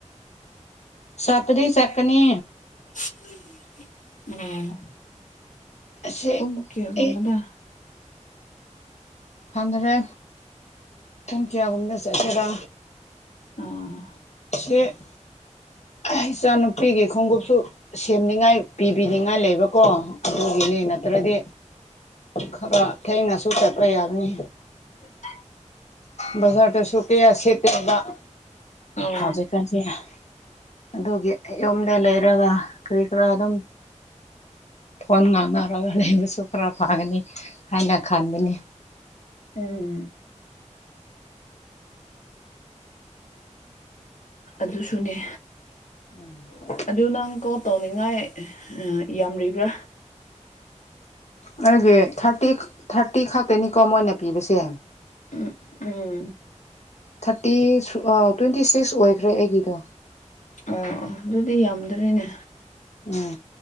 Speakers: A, on the left (about 60°); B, on the left (about 80°).
A: ꯆꯥꯠꯄꯗꯤ ꯆꯠꯀꯅꯤ꯫
B: <unintelligible> ꯎꯝ
A: ꯑꯁꯦ
B: ꯄꯨꯡ ꯀꯌꯥꯒꯨꯝꯕꯗ
A: ꯑꯦ ꯈꯪꯗꯔꯦ ꯄꯨꯡ ꯀ꯭ꯌꯥꯒꯨꯝꯕꯗ ꯆꯠꯁꯤꯔꯥ꯫
B: ꯑꯥ
A: ꯁꯦ ꯑꯦ ꯏꯆꯥꯅꯨꯄꯤꯒꯤ ꯈꯣꯡꯒꯨꯞꯁꯨ ꯁꯦꯝꯅꯤꯡꯉꯥꯏ ꯄꯤꯕꯤꯅꯤꯡꯉꯥꯏ ꯂꯩꯕꯀꯣ꯫ ꯑꯗꯨꯒꯤꯅꯤ ꯅꯠꯇ꯭ꯔꯗꯤ ꯈꯔ ꯊꯦꯡꯅꯁꯨ ꯆꯠꯄ ꯌꯥꯒꯅꯤ꯫
B: <inaudible>
A: ꯕꯥꯖꯥꯔꯗꯖꯨ ꯀꯌꯥ ꯁꯤꯠꯇꯦꯕ ꯎꯝ
B: ꯑꯣ
A: ꯍꯧꯖꯤꯛ꯫ <unintelligible> ꯑꯗꯨꯒꯤ ꯌꯨꯝꯗ ꯂꯩꯔꯒ ꯀꯔꯤ ꯀꯔꯥ ꯑꯗꯨꯝ, ꯐꯣꯟ ꯉꯥꯡꯅꯔꯒ ꯂꯩꯕꯁꯨ ꯈꯔ ꯐꯒꯅꯤ ꯍꯥꯏꯅ ꯈꯟꯕꯅꯤ꯫
B: ꯎꯝ ꯑꯗꯨꯁꯨꯅꯤ꯫
A: <unintelligible>
B: ꯑꯗꯨ ꯅꯪ ꯀꯣꯜ ꯇꯧꯅꯤꯡꯉꯥꯏ ꯌꯥꯝꯔꯤꯕ꯭ꯔꯥ?
A: ꯑꯩꯒꯤ ꯊꯥꯔꯇꯤ ꯈꯥ ꯊꯥꯔꯇꯤ ꯈꯛꯇꯅꯤꯀꯣ ꯃꯣꯏꯅ ꯄꯤꯕꯁꯦ꯫
B: ꯎꯝ ꯎꯝ
A: ꯊꯥꯔꯇꯤ ꯑꯥ ꯇ꯭ꯋꯦꯟꯇꯤ ꯁꯤꯛꯁ ꯑꯣꯏꯈ꯭ꯔꯦ ꯑꯩꯒꯤꯗꯣ꯫
B: ꯑꯥ ꯑꯣ ꯑꯗꯨꯗꯤ ꯌꯥꯝꯗ꯭ꯔꯦꯅꯦ꯫
A: ꯎꯝ